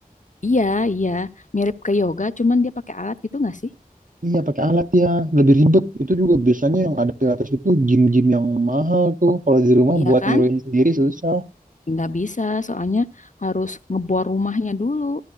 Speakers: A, on the left (about 50°); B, on the right (about 55°).
A: Iya, iya, mirip ke yoga, cuman dia pakai alat gitu nggak sih?
B: Iya pakai alat ya, lebih ribet. Itu juga biasanya yang ada pilates itu gym-gym yang mahal tuh. Kalau di rumah
A: Iya
B: buat
A: kan?
B: niruin sendiri susah.
A: Nggak bisa, soalnya harus ngebor rumahnya dulu